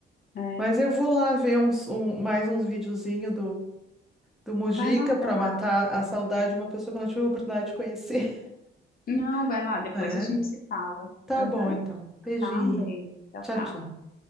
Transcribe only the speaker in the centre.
Mas eu vou lá ver uns, um- mais uns videozinhos do Mujica
para
matar a saudade de uma pessoa que eu não tive a oportunidade de conhecer,
<laughs>
né?
Tá
bom, então. Beijinho.
Tchau,
tchau.